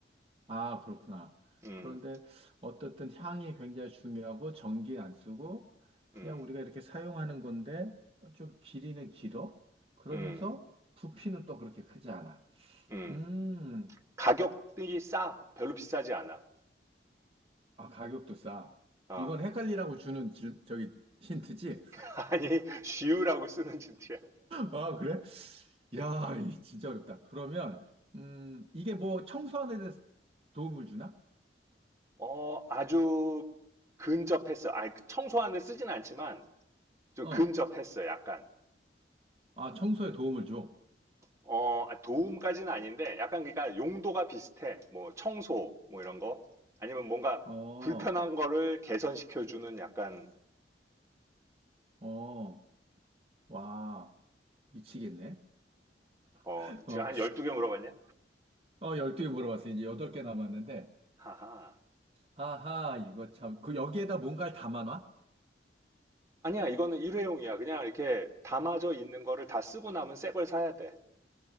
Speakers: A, on the right; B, on the right.
A: 아, 그렇구나.
B: 음,
A: 그런데 어떻든 향이 굉장히 중요하고 전기 안 쓰고 그냥
B: 음,
A: 우리가 이렇게 사용하는 건데 좀 길이는 길어? 그러면서
B: 음,
A: 부피는 또 그렇게 크지 않아.
B: 음.
A: 음,
B: 가격이 싸. 별로 비싸지 않아.
A: 아, 가격도 싸.
B: 어,
A: 이건 헷갈리라고 주는 질- 저기 힌트지?
B: <laughs> 아니, 쉬우라고 쓰는 진트야.
A: 아, 그래? 야, 이 진짜 어렵다. 그러면, 음, 이게 뭐 청소하는 데 대해서 도움을 주나?
B: 어, 아주 근접했어. 아니, 청소하는데 쓰진 않지만 좀
A: 어,
B: 근접했어, 약간.
A: 아, 청소에 도움을 줘.
B: 어, 아, 도움까지는 아닌데, 약간 그러니까 용도가 비슷해. 뭐 청소, 뭐 이런 거. 아니면 뭔가
A: 어,
B: 불편한 거를 개선시켜주는 약간,
A: 어, 와, 미치겠네.
B: 어,
A: <laughs> 어,
B: 제가 한 12개 물어봤냐?
A: 어, 12개 물어봤어. 이제 8개 남았는데.
B: 하하.
A: 아하, 이거 참. 그 여기에다 뭔가를 담아놔?
B: 아니야, 이거는 일회용이야. 그냥 이렇게 담아져 있는 거를 다 쓰고 남은 새 걸 사야 돼.